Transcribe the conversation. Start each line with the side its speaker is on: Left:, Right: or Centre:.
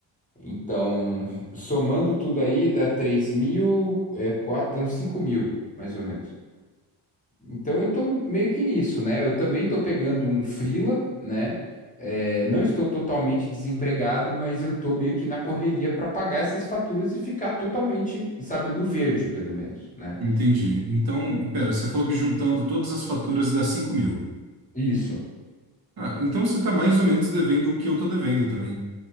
Left: Então, somando tudo aí, dá 3 mil, é, quatro, dá dão 5 mil, mais ou menos. Então eu tô meio que nisso, né? Eu também tô pegando um freela, né? É, não estou totalmente desempregado, mas eu tô meio que na correria para pagar essas faturas e ficar totalmente, sabe, no verde, pelo menos, né?
Right: Entendi. Então, pera, você falou que juntando todas as faturas dá cinco mil.
Left: Isso.
Right: Ah, então você tá mais ou menos devendo o que eu tô devendo também.